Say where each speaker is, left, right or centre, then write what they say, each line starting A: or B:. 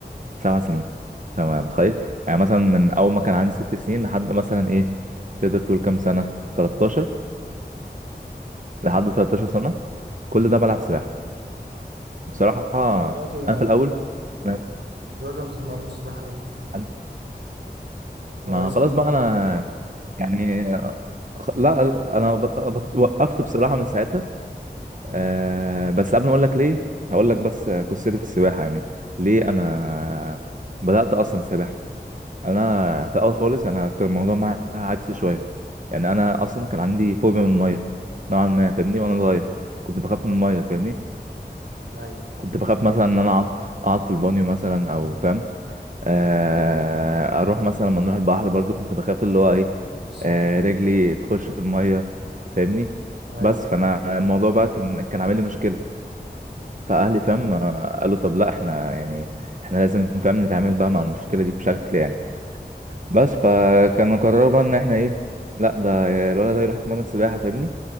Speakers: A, on the right; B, on the right.
A: سبع سنين تمام متخيل يعني مثلا من اول ما كان عندي ست سنين لحد مثلا ايه تقدر تقول كام سنه 13
B: اه
A: لحد 13 سنه كل ده بلعب سباحه بصراحه
B: دلوقتي ما
A: انا في الاول أنا-
B: دلوقتي ما بتتمرنش سباحة ليه؟
A: أنا-
B: ولا
A: ما
B: لسه
A: خلاص
B: بتتمرن؟
A: بقى انا يعني آه، خ- لا انا ب- بط- وقفت بصراحه من ساعتها أه
B: امم
A: بس قبل ما اقول لك ليه هقول لك بس قصتي في السباحه يعني ليه انا بدات اصلا سباحه انا في الاول خالص انا كان الموضوع معايا عكسي شويه يعني انا اصلا كان عندي فوبيا من الميه نوعا ما فاهمني وانا صغير كنت بخاف من الميه فاهمني
B: ايوه
A: كنت بخاف مثلا ان انا اقعد اقعد في البانيو مثلا او فاهم آه، اروح مثلا لما نروح البحر برضو كنت بخاف اللي هو ايه
B: بالظبط
A: آه، رجلي تخش في الميه فاهمني
B: ايوه
A: بس
B: فاهم
A: فانا الموضوع بقى كان كان عامل لي مشكله فاهلي فاهم آه، قالوا طب لا احنا يعني احنا لازم فاهم نتعامل بقى مع المشكله دي بشكل يعني بس فكانوا قرروا بقى ان احنا ايه لا ده الولد ده يروح يتمرن سباحه فاهمني